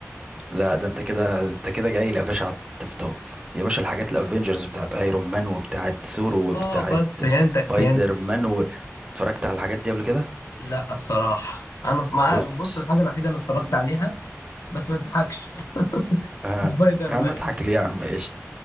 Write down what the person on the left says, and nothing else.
اه بس فهمتك
فهمت
لا بصراحة أنا مع
بص الحاجة الوحيدة اللي اتفرجت
عليها بس ما تضحكش <laughs>
سبايدر
مان